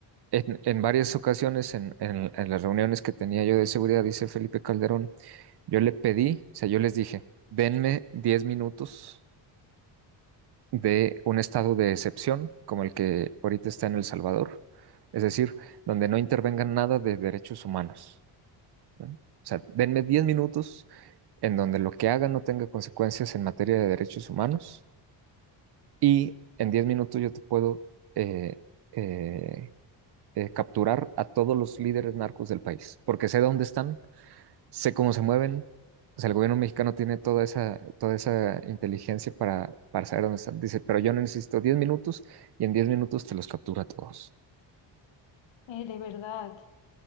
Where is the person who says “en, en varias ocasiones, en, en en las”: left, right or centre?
Right